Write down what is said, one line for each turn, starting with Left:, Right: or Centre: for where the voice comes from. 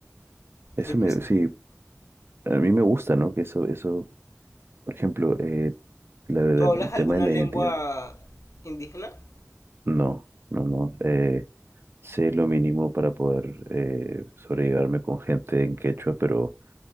Right: eso
Left: De hecho,
Right: me, sí, a mí me gusta, ¿no? Que eso, eso Por ejemplo, eh, la- la-
Left: ¿tú hablas
Right: el
Left: alguna
Right: tema de la
Left: lengua
Right: identidad.
Left: indígena?
Right: No, no, no. eh, sé lo mínimo para poder eh, sobrellevarme con gente en quechua, pero